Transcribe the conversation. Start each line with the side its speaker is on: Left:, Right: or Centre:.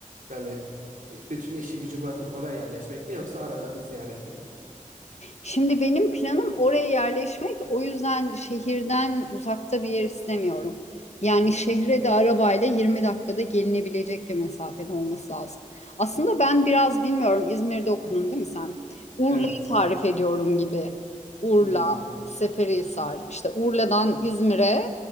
Right: Böyle e, bütün işi gücü bırakıp oraya yerleşmek mi yoksa arada bir ziyaret gibi mi?
Left: Şimdi benim planım oraya yerleşmek. O yüzden şehirden uzakta bir yer istemiyorum. Yani şehre
Right: Hmm.
Left: de arabayla 20 dakikada gelinebilecek bir mesafede olması lazım. Aslında ben biraz bilmiyorum İzmir'de okudun değil mi sen? Urla'yı
Right: Evet.
Left: tarif ediyorum gibi. Urla,
Right: Hmm,
Left: Seferihisar. İşte Urla'dan İzmir'e